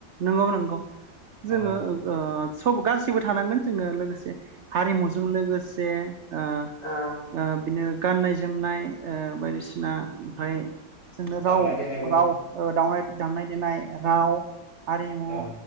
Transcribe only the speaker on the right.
नंगौ नंगौ जोङो
ओ सब गासिबो थानांगोन जोङो लोगोसे हारिमुजों लोगोसे ओ
ओ बिनो गाननाय जोमनाय ओ बायदिसिना ओमफ्राय जोंनो
राव
राव दावउनाय दामनाय देनाय राव हारिमु
ओ